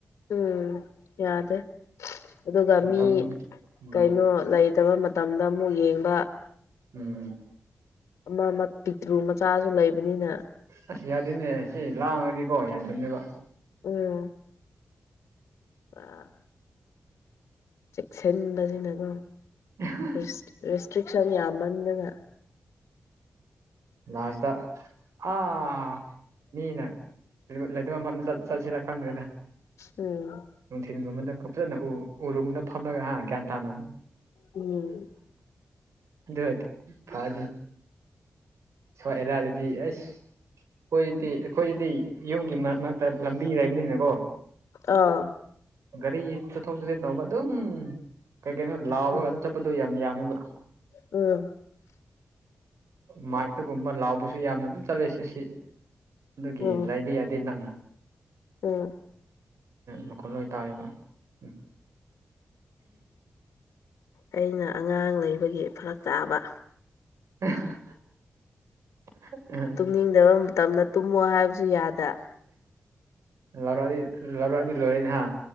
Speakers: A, on the left (about 90°); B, on the right (about 80°).
A: ꯎꯝ ꯌꯥꯗꯦ ꯑꯗꯨꯒ
B: ꯃꯇꯝ
A: ꯃꯤ
B: ꯎꯝ
A: ꯀꯩꯅꯣ ꯂꯩ ꯇꯕ ꯃꯇꯝꯗ ꯑꯃꯨꯛ ꯌꯦꯡꯕ
B: ꯎꯝ꯫
A: ꯑꯃ-ꯃ ꯄꯤꯛꯇ꯭ꯔꯨ ꯃꯆꯥꯁꯨ ꯂꯩꯕꯅꯤꯅ꯫
B: ꯑꯁ ꯌꯥꯗꯦꯅꯦ ꯁꯤ ꯂꯥꯡꯉꯗꯤꯀꯣ ꯌꯥꯗꯕꯅꯦꯕ꯫
A: ꯎꯝ꯫ ꯑ ꯆꯦꯛꯁꯤꯟꯕꯁꯤꯅꯀꯣ꯫
B: <unintelligible>
A: ꯔꯦꯁ-ꯔꯤꯁꯇ꯭ꯔꯤꯛꯁꯟ ꯌꯥꯝꯃꯟꯗꯅ꯫
B: ꯂꯥꯁꯇ ꯑꯥ ꯃꯤꯅ <unintelligible> ꯂꯩꯇꯕ ꯃꯐꯝꯗ ꯆꯠ- ꯆꯠꯁꯤꯔꯥ ꯈꯪꯗ꯭ꯔꯦꯗ꯫
A: ꯎꯝ
B: ꯅꯨꯡꯊꯤꯟꯒꯨꯝꯕꯗ ꯐꯖꯅ ꯎ-ꯎꯔꯨꯝꯗ ꯐꯝꯂꯒ ꯍꯥ ꯒ꯭ꯌꯥꯟ ꯇꯥꯅ꯫
A: ꯎꯝ
B: ꯑꯗꯨꯑꯣꯏꯗꯤ ꯐꯅꯤ꯫ ꯁ꯭ꯋꯥꯏ ꯑꯔꯤꯌꯗꯗꯤ ꯑꯩꯁ ꯑꯩꯈꯣꯏꯗꯤ ꯑꯩꯈꯣꯏꯒꯤꯗꯤ ꯌꯨꯝꯒꯤ ꯃꯔꯛ-ꯃꯔꯛꯇ ꯂꯝꯕꯤ ꯂꯩꯕꯅꯤꯅꯀꯣ
A: ꯑꯥ
B: ꯒꯥꯔꯤ ꯆꯠꯊꯣꯛ ꯆꯠꯁꯤꯟ ꯇꯧꯕ ꯑꯗꯨꯝ꯫ ꯀꯩ-ꯀꯩꯅꯣ ꯂꯥꯎꯔꯒ
A: ꯎꯝ
B: ꯑꯗꯨꯝ ꯆꯠꯄꯗꯣ ꯌꯥꯝ-ꯌꯥꯝꯃꯦꯕ꯫
A: ꯎꯝ
B: ꯃꯥꯏꯛꯇꯒꯨꯝꯕ ꯂꯥꯎꯕꯁꯨ ꯌꯥꯝꯅ ꯑꯗꯨꯝ ꯆꯠꯂꯦ-ꯁꯦ- ꯑꯁꯤ꯫ ꯑꯗꯨꯒꯤ
A: ꯎꯝ
B: ꯂꯩꯕꯕ ꯌꯥꯗꯦ ꯅꯛꯅ
A: ꯎꯝ
B: <inaudible> ꯈꯣꯜ ꯂꯣꯏ ꯇꯥꯏꯌꯦꯕ ꯎꯝ꯫
A: ꯑꯩꯅ ꯑꯉꯥꯡ ꯂꯩꯕꯒꯤ ꯐꯔꯛ ꯇꯥꯕ꯫
B: <unintelligible>
A: ꯅꯤꯡꯗꯕ ꯃꯇꯝꯗ ꯇꯨꯝꯃꯣ ꯍꯥꯏꯕꯁꯨ ꯌꯥꯗ꯫
B: ꯂꯧꯥꯎꯔꯛꯑꯗꯤ-ꯂꯧꯥꯎꯔꯛꯑꯗꯤ ꯂꯣꯏꯔꯦꯅꯦ ꯍꯥ?